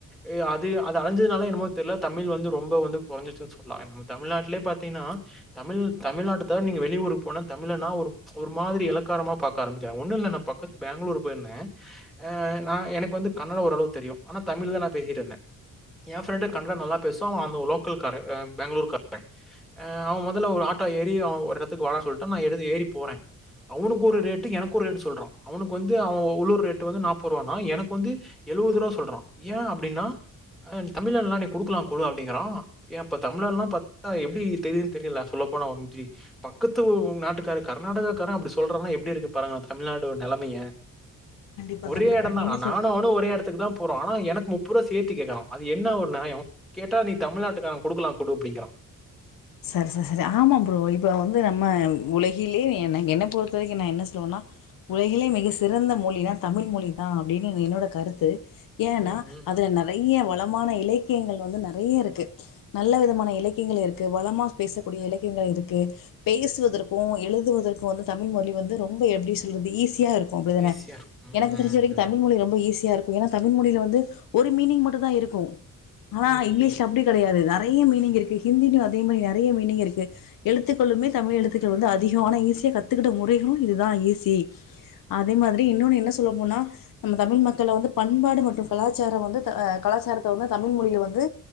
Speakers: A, in the centre; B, on the left.
A: ஏ அதென் அது அழஞ்சுனால என்னமோ தெர்ல தமிழ் வந்து ரொம்ப வந்து குறஞ்சுச்சுன் சொல்லா எனம் ம் தமிழ்நாட்லே பாத்தீன்னா தமிழ் தமிழ்நாட்டுத்தா நீங்க வெளியூரு போன தமிழனா ஒரு ஒரு மாதிரி இலக்காரமா பாக்க ஆரம்பிக்கிறாங் ஒன்னு இல்ல நா பக்கத்து பேங்களூர் பொய்ர்நே ஆ நா எனக் வந்து கன்னடா ஓரளவ் தெரியு ஆனா தமிழ் தா நா பேசிட்ருந்நே யா ஃப்ரெண்டு கன்னடா நல்லா பேசுவா அவ் அந்த லோக்கல் காரே அ பேங்ளூர் கா ரே ஆ அவ் வது லவ் ஒர் ஆட்டோ ஏறி அவவ் ஒர்ரெத்துக் வாரா சொல்ட்டு நா எடுதி ஏறி போறே அவ்னுக் ஒரு ரேட்டு எனக் ஒர் ரேட்டு சொல்றா அவ்னுக் வந்து அவ ஓ உள்ளூர் ரேட்டு வந்து நாப்ப ருவானா எனக் வந்து எழுவது ரூபா சொல்றா ஏ அப்டின்னா தமிழன்லா நீ குடுக்லான் கோல் அப்டிங்கறா ஏன்ப்பா தமிழர்லா பாத் ஆ எப்டி தெரியுன் தெரிலா சொல்ல போனா வம்ட்டி பக்கத் த்துவும் நாட்டுக்காரு கர்நாடகாக்கார அப்டி சொல்றாங்னா எப்டி இருக்கு பாடுங்ல தம்ழாடோ நெலமைய
B: கண்டிப்பா
A: ஒரே
B: கண்டிப்பா
A: எடன் தா
B: நீங்க
A: நானு
B: சொல்
A: அவ்னு ஒரே எடத்துக்கு தாம்ப் போறோ ஆனா எனக் முப்புறோ சேத்தி கேக்குறா அது என்ன ஒர் நாயோ கேட்டா நீ தமிழ்நாட்டுகாரன் குடுக்குலா குடு அப்டிங்குறா
B: சர் சர் சரி ஆமாம் ப்ரோ இப்போ வந்து நம்மன் உலகிலே என்னக் என்ன பொறுத்தவரைக்கி நா என்ன சொனுனா உலகிலே மிக சிறந்த மொழின்னா தமிழ் மொழி தா அப்டின்னு என்னோட கருத்து ஏன்னா
A: ம், ம்.
B: அதுல நறைய வளமான இலக்கியங்கள் வந்து நறைய இருக்கு நல்ல
A: இருக்கு.
B: விதமான இலெக் தீங்கல இருக்கு வளமாஹ் பேசக்கூடிய இலக்கியங்கள் இருக்கு பேசுவதற்கு எழுதுவதற்கு வந்து தமிழ் மொழி வந்து ரொம்ப எப்டி சொல்றது ஈஸியார் ஒப்டிதான
A: ஈஸியா இருக்கும்.
B: எனக்கு
A: ம், ம்,
B: தெரிஞ்சு வரைக்கி
A: ம்.
B: தமிழ் மொழி ரொம்ப ஈஸியாரு ஏன்னா தமிழ் மொழில வந்து ஒரு மீனிங் மட்டு தா இருக்கு ஹானா
A: ம்,
B: இங்லீஷ்
A: ம்.
B: தப்டி கெடையாது நறையா மீனிங் இருக்கு ஹிந்திலு அதே மாறி நறையா மீனிங் இருக்கு எழுத்துக்களுமே தமிழ் எழுத்துக்கள் வந்து அதிஹோ ஆனா ஈஸியா கத்துக்குட்ட முறைஹு இதுதா ஈஸி அதே மாதிரி இன்னொன்னு என்ன சொல்ல போனா நம் தமிழ் மக்கள வந்து பண்பாடு மற்றும் கலாச்சார வந்து த அ கலாச்சாரத்த வந்து தமிழ் மொழியில வந்து